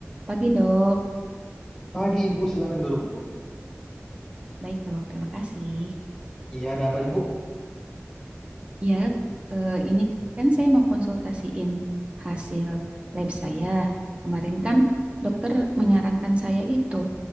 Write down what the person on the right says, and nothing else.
Pagi dok,
baik dok, terima kasih.
Ya, eh, ini kan saya mau konsultasiin hasil lab saya. Kemarin kan dokter menyarankan saya itu